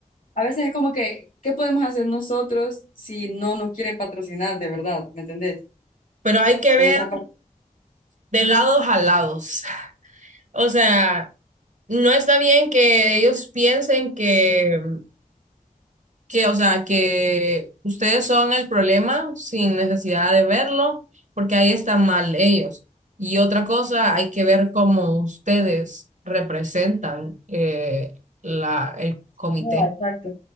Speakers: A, on the left; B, on the right.
A: a veces es como que, ¿qué podemos hacer nosotros si no nos quieren patrocinar de verdad? ¿Me entendés?
B: pero hay que ver
A: En esa parte.
B: de lados a lados. <laughs> O sea, no está bien que ellos piensen que, que, o sea, que ustedes son el problema sin necesidad de verlo, porque ahí están mal ellos. Y otra cosa, hay que ver cómo ustedes representan eh, la, el comité.
A: No, exacto.